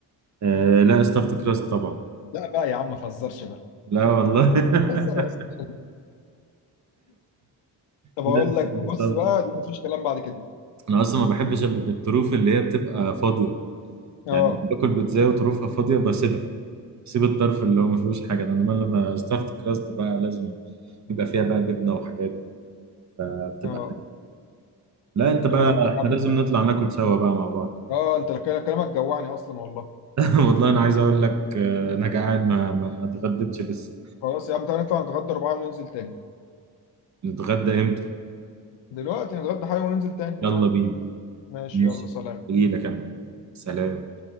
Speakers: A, on the right; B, on the left.
A: آه، لا استفت كراست طبعا
B: لا بقى يا عم ما تهزرش بقى
A: لا والله <laughs>
B: بهزر اصلا طب
A: لازم
B: اقول لك بص
A: stuffed.
B: بقى دي ما فيش كلام بعد كده
A: انا اصلا ما بحبش ال- الطروف اللي هي بتبقى فاضيه
B: اه
A: يعني باكل بيتزا وطروفها فاضيه بسيبها بسيب الطرف اللي هو ما فيهوش حاجه ده انما لما ستافت كراست بقى لازم يبقى فيها بقى جبنه وحاجات بقى بتبقى
B: اه
A: لا انت بقى
B: عايز اقول لك
A: احنا
B: يا
A: لازم
B: عم
A: نطلع
B: انت
A: ناكل سوا بقى مع بعض
B: اه انت كلامك جوعني اصلا والله
A: <laughs> والله انا عايز اقول لك آه، انا جعان ما ما اتغديتش لسه
B: خلاص يا عم تعالى نطلع نتغدى أربعة وننزل تاني
A: نتغدى امتى
B: دلوقتي نتغدى حاجة وننزل تاني
A: يلا
B: نقعد
A: بينا
B: ماشي
A: ماشي
B: يلا سلام
A: اجي لك انا سلام